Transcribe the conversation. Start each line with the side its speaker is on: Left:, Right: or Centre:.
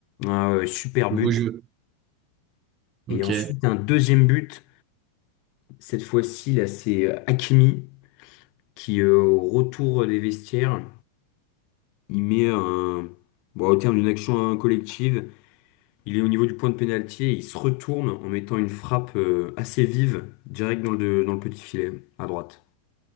Left: Ah ouais, super
Right: Nouveau
Left: but.
Right: jeu.
Left: Et
Right: Ok.
Left: ensuite, un deuxième but. Cette fois-ci, là, c'est euh, Hakimi qui, euh, au retour des vestiaires, il met un. Bon, au terme d'une action euh, collective, Il est au niveau du point de pénalty et il se retourne en mettant une frappe euh, assez vive, direct dans le, dans le petit filet, à droite.